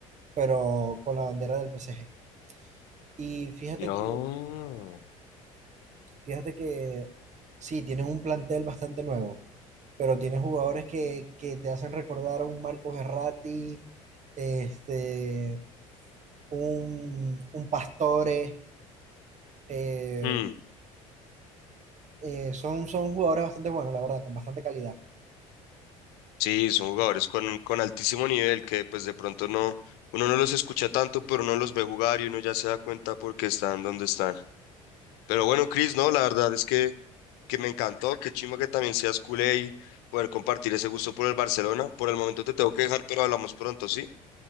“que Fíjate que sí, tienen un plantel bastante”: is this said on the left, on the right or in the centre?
Right